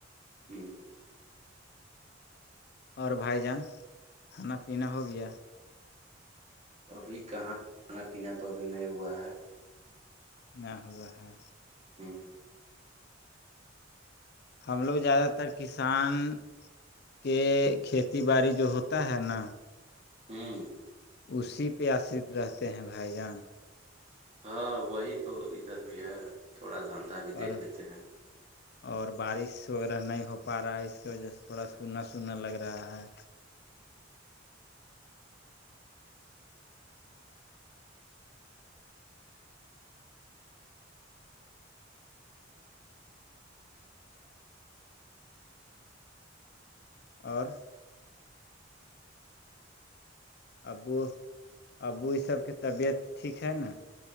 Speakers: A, on the right; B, on the left.
A: ہوں
B: اور بھائی جان کھانا پینا ہو گیا
A: ابھی کہاں کھانا پینا تو ابھی نہیں ہوا ہے
B: نہ ہوا ہے
A: ہوں
B: ہم لوگ زیادہ تر کسان کہ کھیتی باڑی جو ہوتا ہے نا
A: ہوں
B: اسی پہ آشرت رہتے ہیں بھائی جان
A: ہاں وہی تو ادھر بھی ہے تھوڑا دھندا بھی دیکھ
B: اور
A: لیتے ہیں
B: اور بارش وغیرہ نہیں ہو پا رہا ہے اس کی وجہ سے تھوڑا سونا سنا لگ رہا ہے اور ابو ابو اس سب کے طبیعت ٹھیک ہے نا